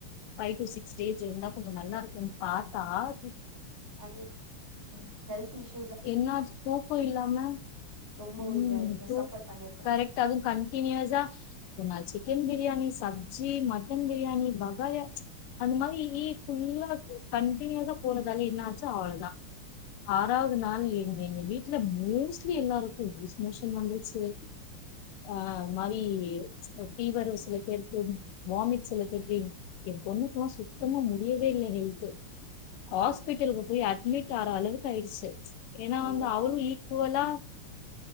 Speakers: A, on the left; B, on the right.
A: ஃபைவ் டு சிக்ஸ் டேஸ் இருந்தா கொஞ்சோ நல்லா இருக்கோனு பாத்தா சு
B: அது ம் ஹெல்த் இஷ்
A: என்னாச்சு தூக்கோ இல்லாம
B: ரொம்ப
A: ம்
B: இதுவாயிருக்கணு
A: தூக்
B: சஃபர் பண்ணிருக்கணு
A: கரெக்ட் அதுவு கண்டீனியுஸ்ஸா ஒரு நாள் சிக்கன் பிரியாணி சப்ஜி மட்டன் பிரியாணி வகாய அந்த மாரி ஃபுல்லா கண்டினியஸா போனதால என்னாச்சா அவ்ளோ தா ஆ றாவது நாள் எங்க எங்க வீட்ல மோஸ்ட்லி எல்லாருக்கோ லூஸ் மோஷன் வந்துருச்சு அ மாதி ஃபீவரு சில பேருக்கு வாமிட் சில பேருக்கு எ பொண்ணுக்குலா சுத்தமா முடியவே இல்ல ஹெல்து ஹாஸ்பிட்டலுக்கு
B: ஆ
A: போய் அட் மிட் ஆகுற அளவுக் கு ஆயிடுச்சு ஏனா
B: அல்லா
A: அங்க அவரோ ஈக்குவலா